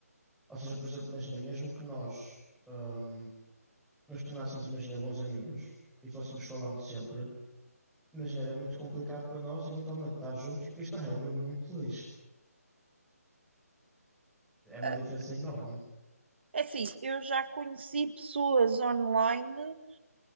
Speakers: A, in the centre; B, on the right.
A: Ou seja, por exemplo, imagina, mesmo que nós. hum, nos tornássemos, imagina, bons amigos e fôssemos falando sempre, imagina, era muito complicado para nós eventualmente estar juntos, porque isto é mesmo muito longe. É uma
B: Ah,
A: diferença enorme.
B: é assim, eu já conheci pessoas online